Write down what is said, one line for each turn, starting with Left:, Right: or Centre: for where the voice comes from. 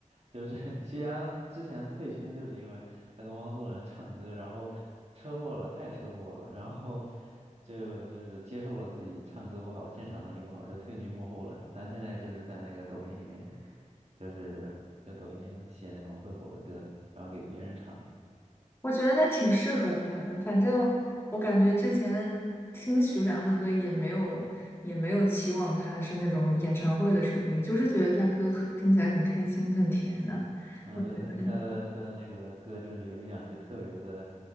Right: 就是 <laughs> 徐良之前退圈就是因为他跟汪苏泷唱歌，然后车祸了，太车祸了，然后就就是接受了自己唱歌不好，现场能力不好，就退居幕后了。他现在就是在那个抖音里面。就是就抖音写那种会火的歌，然后给别人唱。
Left: 我觉得那挺适合他的。反正我感觉之前听徐良的歌也没有也没有期望他是那种演唱会的水平，就是觉得他歌很听起来很开心，很甜呢、
Right: 嗯，
Left: 我觉得
Right: 就他他的他的那个歌，就是有一两句特别的，